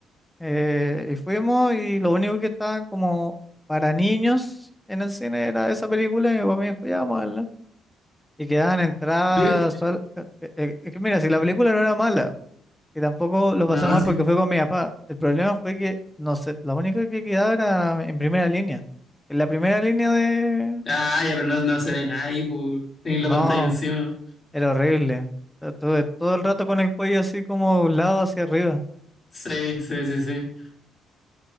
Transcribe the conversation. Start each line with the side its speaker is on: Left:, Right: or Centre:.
Centre: eh, y fuimos y lo único que estaba como para niños en el cine era esa película. Y mi papá me dijo, ya vamos a verla". Y quedaban entradas.
Left: Mira,
Centre: sol- eh, eh, Es que mira, si la película no era mala, y tampoco lo
Left: no,
Centre: pasé mal
Left: sí.
Centre: porque fue con mi papá, el problema fue que, no sé, la única que quedaba era en primera línea. En la primera línea de.
Left: Ah, ya, pero no, no se ve nadie, pues. Tenéis la
Centre: No,
Left: pantalla encima.
Centre: era horrible. Estuve todo el rato con el cuello así como un lado hacia arriba.
Left: Sí, sí, sí, sí.